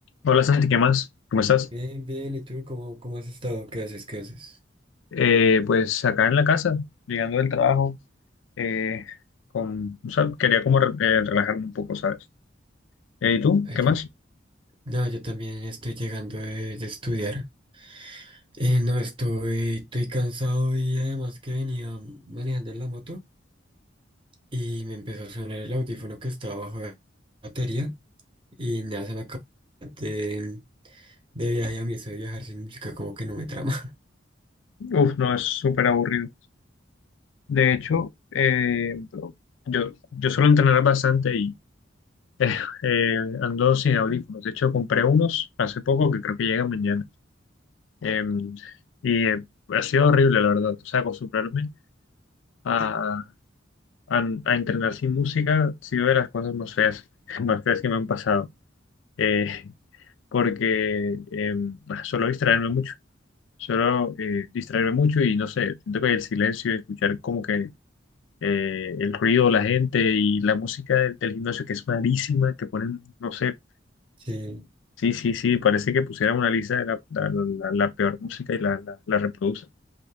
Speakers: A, on the left; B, on the right.
A: Hola Santi, ¿qué más? ¿Cómo estás?
B: Bien, bien, ¿y tú cómo, cómo has estado? ¿Qué haces? ¿Qué haces?
A: Eh, pues acá en la casa, llegando del trabajo, eh, con, o sea, quería como re- eh, relajarme un poco, ¿sabes? Eh, ¿y tú?
B: Ay,
A: ¿Qué
B: yo-
A: más?
B: no, yo también estoy llegando de, de estudiar. Eh, no, estoy, estoy cansado y además que venía manejando en la moto y me empezó a sonar el audífono que estaba bajo la batería y nada, se me acabó de, de viaje a mí, eso de viajar sin música como que no me trama. <laughs>
A: Uf, no, es súper aburrido. De hecho, eh, yo, yo suelo entrenar bastante y eh, <laughs> eh, ando sin audífonos. De hecho, compré unos hace poco que creo que llegan mañana. Eh, y eh, ha sido horrible, la verdad. O sea, acostumbrarme a, a, a entrenar sin música ha sido de las cosas más feas, <laughs> más feas que me han pasado, eh, porque eh, suelo distraerme mucho, suelo eh, distraerme mucho y no sé, siento que el silencio, escuchar como que eh, el ruido, la gente y la música del, del gimnasio que es malísima, que ponen, no sé,
B: Sí,
A: sí, sí, sí, parece que pusieran una lista de la, la, la- la peor música y la, la, la reproducen.